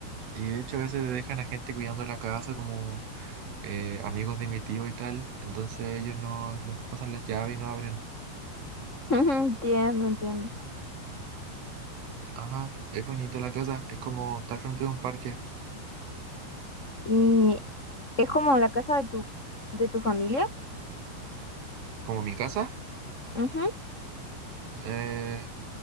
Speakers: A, on the right; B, on the left.
A: Y de hecho a veces dejan a gente cuidando la casa, como eh, amigos de mi tío y tal. Entonces ellos no, nos pasan las llaves y no abren.
B: <laughs> Ujú, Entiendo, entiendo.
A: Ajá, es bonito la casa, es como estar frente de un parque.
B: Y es como la casa de tu, de tu familia.
A: ¿Como mi casa?
B: Ujú.
A: Eh,